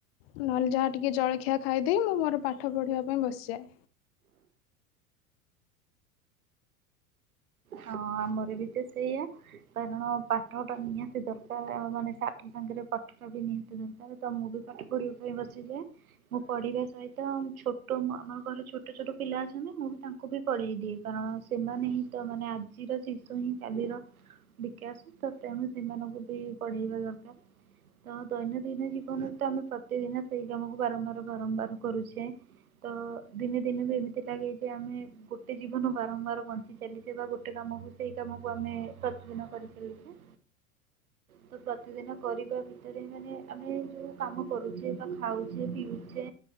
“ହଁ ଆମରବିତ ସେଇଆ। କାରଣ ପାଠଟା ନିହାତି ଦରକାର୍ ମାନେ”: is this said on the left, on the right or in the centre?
Right